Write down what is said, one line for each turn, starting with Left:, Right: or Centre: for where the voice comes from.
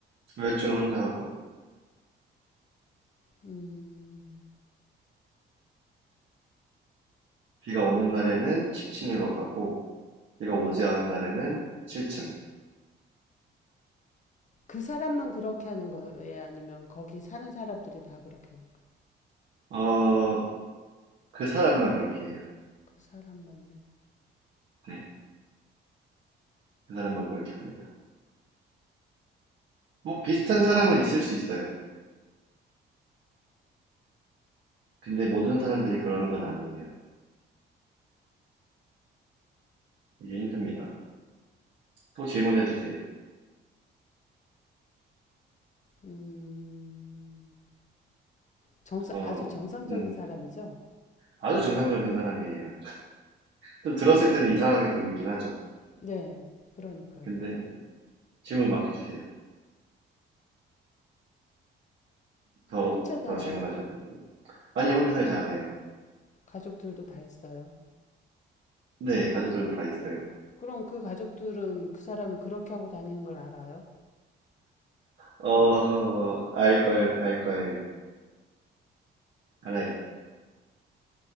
Right: 외출을 혼자 하고,
Left: 음,
Right: 비가 오는 날에는 10층으로 가고, 비가 오지 않은 날에는 7층.
Left: 그 사람만 그렇게 하는 거예요? 아니면 거기 사는 사람들이 다 그렇게 하는 거예요?
Right: 어, 그 사람만 그렇게 해요.
Left: 그 사람만요?
Right: 네. 그 사람만 그렇게 합니다. 뭐 비슷한 사람은 있을 수 있어요. 근데 모든 사람들이 그러는 건 아니에요. 이게 힘듭니다. 또 질문해 주세요.
Left: 음, 정상,
Right: 어,
Left: 아주 정상적인
Right: 음,
Left: 사람이죠?
Right: 아주 정상적인 사람이에요. 좀 들었을 때는 이상하게 보이긴 하죠.
Left: 네. 그러니까요.
Right: 근데 질문 막 해주세요. 더,
Left: 혼자 살아요.
Right: 더 질문하셔야 돼요. 아니, 혼자 살지 않아요.
Left: 가족들도 다 있어요.
Right: 네, 가족들도 다 있어요.
Left: 그, 그럼 그 가족들은 그 사람이 그렇게 하고 다니는 걸 알아요?
Right: 어, 허, 알 걸, 알 거예요. 알아요.